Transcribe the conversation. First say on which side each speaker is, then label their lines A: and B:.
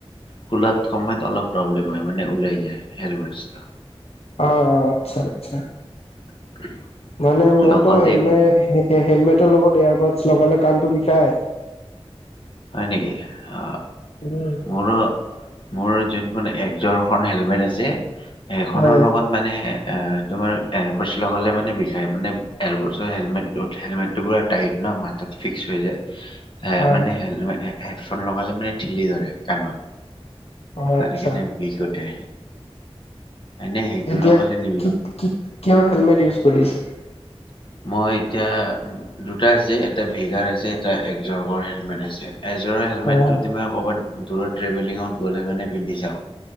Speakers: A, on the left; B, on the left.
A: খোলাত সময়ত অলপ প্ৰব্লেম হয় মানে ওলাই যায় হেলমেটচ,
B: অ আচ্ছা আচ্ছা
A: <unintelligible>
B: মানে মোৰতো
A: লগতে
B: হেলমেট
A: একো নহয়
B: হে হেলমেটৰ লগত এয়াৰবাডছ লগালে কাণটো বিষাই
A: হয় নেকি অ
B: উম।
A: মো-ৰ মোৰ যোনখন একযোৰ খন হেলমেট আছে সেইখনৰ
B: হয়
A: লগত মানে এ তোমাৰ এয়াৰবৰ্ডছ লগালে মানে বিষায় মানে এয়াৰবৰ্ডছৰ হেলমেট তলত হেলমেটটো পুৰা টাইট ন মাতাত ফিক্স হৈ যায় হেল
B: হয়
A: মানে হেল হেডফোন লগালে মানে ঠেলি ধৰে কাণত
B: অ',
A: তাত
B: আচ্ছা
A: সেকানে বিষ উঠে এনে সেইটো
B: এতিয়া
A: লগালে নিবিষ
B: কি কি কিহৰ হেলমেট ইউজ কৰি আছ
A: মই এতিয়া দুটা আছে এটা ভেগাৰ আছে এটা একজৰগৰ হেলমেট আছে এজৰৰ হেলমেটটো
B: হয় হয়।
A: তোমাৰ ক'বাত দূৰত ট্ৰেভেলিঙত গ'লে মানে পিন্ধি যাওঁ